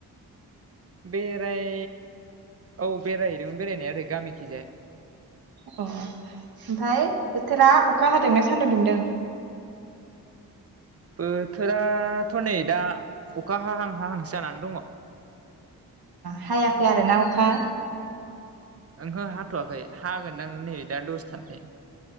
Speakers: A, on the right; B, on the right.
A: बेराय औ बेरायहैदोंमोन बेरायनाया ओरै गामिखिजाय।
B: अ ओमफ्राय बोथोरा अखा हादोंना सान्दुं दुंदों
A: बोथोराथ' नै दा अखा हाहां-हाहांसो जानानै दंङ।
B: हायाखै आरो ना अखा
A: ओंहो हाथ'वाखै हागोनदां नै दा दसथानानै।